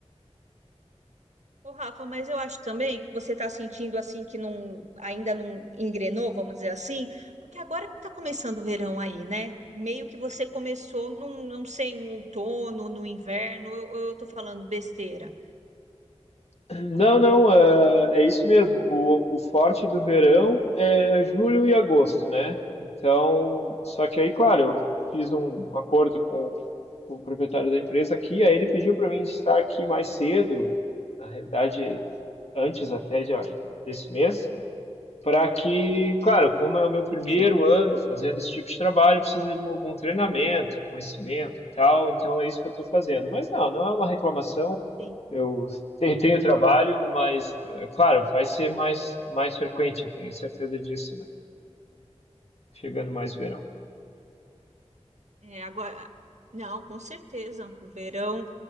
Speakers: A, on the right (about 80°); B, on the left (about 65°).
A: Ô, Rafa, mas eu acho também que você está sentindo assim que não ainda não engrenou, vamos dizer assim, porque agora que está começando o verão aí, né? Meio que você começou num, não sei, no outono, no inverno, eu, eu tô falando besteira.
B: <clears throat> Não, não, é, é isso mesmo. O, o forte do verão é julho e agosto, né? Então, só que aí, claro, eu fiz um acordo com o proprietário da empresa aqui, aí ele pediu para mim estar aqui mais cedo. Na realidade, antes até de- desse mês, para que, claro, como é o meu primeiro
A: Sim,
B: ano fazendo esse tipo de trabalho, precisa de um- algum treinamento, conhecimento e tal, então é isso que eu estou fazendo. Mas não, não é uma reclamação,
A: sim.
B: eu te- tenho trabalho, mas, é claro, vai ser mais, mais frequente, eu tenho certeza disso, né? Chegando mais verão.
A: É, agora, não, com certeza. O verão,